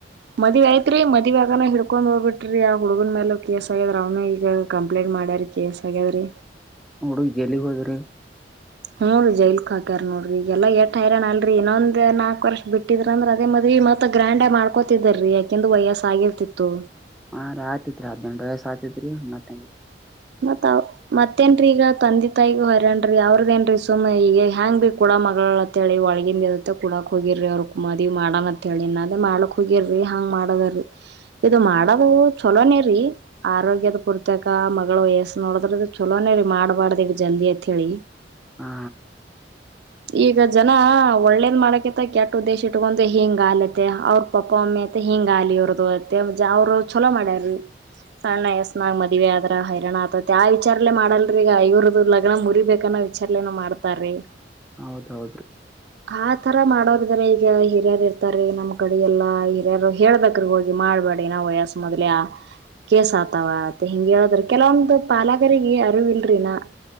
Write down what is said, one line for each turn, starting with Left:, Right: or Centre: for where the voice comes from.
Right: ಮದ್ವೆ ಆಯ್ತ್ ರಿ ಮದ್ವೆ ಆಗವ್ನೆ ಹಿಡ್ಕೊಂಡ್ ಹೋಗ್ಬಿಟ್ರ ರಿ ಆ ಹುಡುಗನ್ ಮೇಲ ಕೇಸ್ ಆಗ್ಯದ್ರ ಅವನ ಈಗ ಕಂಪ್ಲೇಂಟ್ ಮಾಡ್ಯಾರಿ ಕೇಸ್ ಆಗ್ಯಾದ್ ರೀ
Centre: ಹುಡುಗ್ ಜೈಲಿಗ್ ಹೋದ್ರಿ
Right: ಹ್ಮ್ ಜೈಲಿಗ್ ಹಾಕ್ಯಾರ ನೋಡ್ರಿ ಈಗೆಲ್ಲಾ ಎಲ್ಲ್ತತರಾ ಅಲ್ರಿ ಇನ್ನೊಂದು ನಾಲ್ಕ್ ವಷ್ ಬಿಟ್ಟಿದ್ರ ಅದೇ ಮದ್ವಿ ಮ ಮತ್ತ ಗ್ರ್ಯಾಂಡ್ ಆಗ ಮಾಡ್ಕೋತಿದಾರೀ ಅಕೆಂದು ವಯಸ್ ಆಗಿರ್ತಿತ್ತು
Centre: ಹಾ ರೀ ಅಯ್ತಿತ್ ರೀ ಹಾಡನೆಂಟ್ ವಯಸ್ಸ ಆಾತಿತ್ರಿ ಹತ್ತ್ತೆ
Right: ಮತ್ತ ಮತ್ತೇನ್ರೀ ಈಗ ತಂದಿ ತಾಯಗ ಹೊರೇನ್ರೀ ಅವ್ರದೇನ್ ರೀ ಸುಮ್ಮನೆ ಈಗ ಹ್ಯಾಂಗ್ ಭ ಕೂಡ ಮಗಳ ಹೇಳಿ ಒಳಗಿನದದತ್ತ ಕೂಡಕ್ ಹೋಗಿರ್ರಿ ಅವ್ರ ಮದ್ವಿ ಮಾಡಣತ್ ಹೇಳಿ ಇನ್ನ ಅದೇ ಮಾಡ್ಲಾಕ್ ಹೋಗಿರಿ ಹಾಂಗ್ ಮಾಡದ್ರರಿ ಇದು ಮಾಡೋದು ಚಲೋನೇ ರೀ ಆರೋಗ್ಯದ ಪುರ್ತಕ ಮ ಮಗಳು ವಯಸ್ಸ ನೋಡ್ರ ಚಲೋನೇ ರೀ ಮಾಡ್ಬಾರ್ದಿ ಜಲ್ದಿ ಅತ್ ಹೇಳಿ
Centre: ಹಾ
Right: ಈಗ ಜನ ಒಳ್ಳೇದ್ ಮಾಡಕೆ. ಮ ಕೆಟ್ ಉದ್ದೇಶ ಇಟ್ಕೊಂಡಂದು ಹಿಂಗ್ ಆಲತೆ ಅವ್ರ ಪಪ್ಪಾ ಒಮ್ಮಿ ಅತ್ತ ಹಿಂಗ್ ಆಲಿ ಇವರ್ದು. ಮತ್ತೆ ಜ ಅವ್ರು ಚಲೋ ಮಾಡ್ಯಾರ್ರೀ. ಸಣ್ಣ ಎಸ್ನಾಗ್ ಮದ್ವಿ ಆದ್ರ ಹೈರಾಣ ಆತೈತಿ ಆ ವಿಚಾರಲ್ಲೇ ಮಾಡಲ್ ಇವ್ರಿಗೆ ಐವು ರುಪಾಯ್ ಲಗಾಮು ಮುರಿಬೇಕನ್ನ ವಿಚಾರ್ಲೇನು ಮಾಡ್ತಾರೀ.
Centre: ಹೌದೌದು.
Right: ಆ ತರ ಮಾಡೋರ್ಗೆಲ್ಲಾ ಈಗ ಹಿರಿಯರ್ ಇರ್ತಾರೆ ಈಗ ನಮ್ ಕಡಿಯಲ್ಲಾ. ಯಾರೋ ಹೇಳ್ಬೇಕ್ರಿ ಹೋಗಿ ಮಾಡ್ಬೇಡಿ ಏನ ವಯಸ್ ಮೊದ್ಲೇ ಕೇಸ್ ಆತವ. ತ್ ಹಿಂಗೆ ಹೇಳದ್ರಿ ಕೆಲವೊಂದು ಪಾಲಗ್ರಿಗೆ ಅರಿವ್ ಇಲ್ರಿ ನಾ